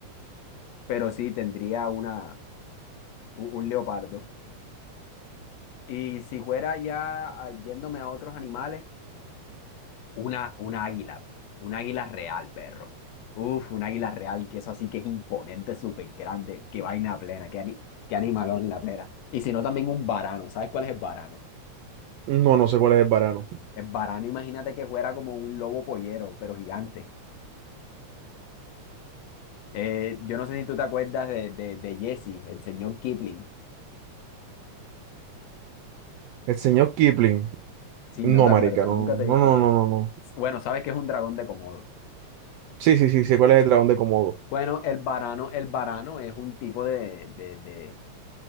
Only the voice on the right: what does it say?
No, no sé cuál es el varano.
¿El señor Kipling?
No,
marica,
no,
no,
no,
no, no, no.
Sí, sí, sí, sé cuál es el dragón de Komodo.